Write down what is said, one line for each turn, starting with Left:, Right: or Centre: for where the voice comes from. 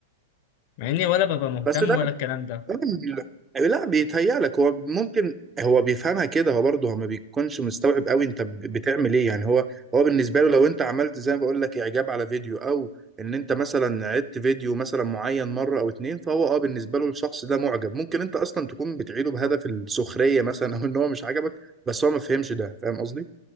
Left: مع اني ولا ببقى مهتم
Right: بس ده
Left: ولا الكلام ده
Right: ال- لا بيتهيألك هو ممكن هو بيفهمها كده هو برضه هو ما بيكونش مستوعب قوي انت ب- بتعمل ايه يعني هو هو بالنسبه له لو انت عملت زي ما بقول لك اعجاب على فيديو او ان انت مثلا عدت فيديو مثلا معين مره او اتنين فهو اه بالنسبه له الشخص ده معجب ممكن انت اصلا تكون بتعيده بهدف السخريه مثلا او ان هو مش عجبك بس هو ما فهمش ده فاهم قصدي؟